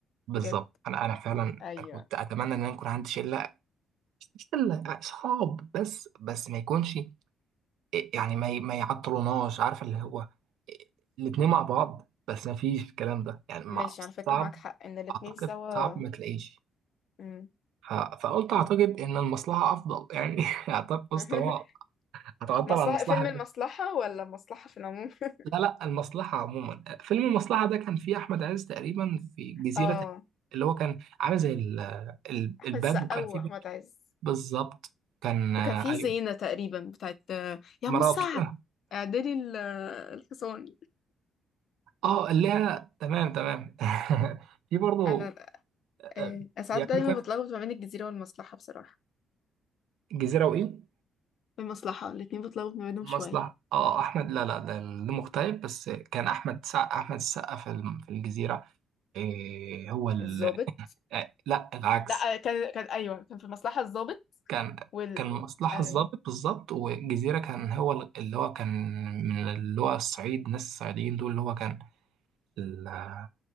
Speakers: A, on the right; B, on the left.
A: بالظبط
B: بجد
A: انا انا فعلا
B: ايوه
A: كنت اتمنى ان انا يكون عندي شله مش شله اصحاب بس بس ما يكونش آه، يعني ما ي- ما يعطلوناش عارف اللي هو آه، الاتنين مع بعض بس ما فيش الكلام ده يعني مع-
B: ماشي على فكرة
A: صعب
B: معاك حق ان الاتنين
A: اعتقد
B: سوا
A: صعب ما تلاقيش
B: مم.
A: ف... فقلت اعتقد ان المصلحه افضل يعني <laughs> اعتقد بص
B: <laughs>
A: طالما هتعطل
B: مصلحة
A: عن المصلحه
B: فيلم المصلحة ولا مصلحة في العموم <laughs>
A: لا لا المصلحة عموما فيلم المصلحة ده كان فيه أحمد عز تقريبا في جزيرة
B: اه
A: اللي هو كان عامل زي ال- ال-
B: احمد
A: الباد
B: السقا
A: وكان
B: واحمد
A: فيه باد
B: عز
A: بالظبط كان آه،
B: وكان في
A: أيوه
B: زينة تقريبا بتاعت آه، يا ام
A: مراته
B: سعد اعدلي ال- آه، الحصان
A: اه اللي هي تمام تمام <laughs> في برضه
B: انا آه،
A: آه،
B: أنا ساعات
A: بيعملوا
B: دايما
A: كده
B: بتلخبط ما بين الجزيرة والمصلحة بصراحة
A: جزيرة وإيه
B: في المصلحة الاتنين بتلخبط ما بينهم
A: مصلحة
B: شوية
A: اه أحمد لا لا ده ده مغترب بس كان أحمد سع... أحمد السقا في الم- في الجزيرة إيه هو ال...
B: الظابط
A: آه، لا العكس
B: لا آه، كان كان ايوه كان في المصلحة الضابط
A: كان
B: وال
A: كان مصلحة
B: آه،
A: الضابط بالظبط والجزيرة كان هو ال- اللي هو كان من اللي هو الصعيد الناس الصعيديين دول اللي هو كان ال-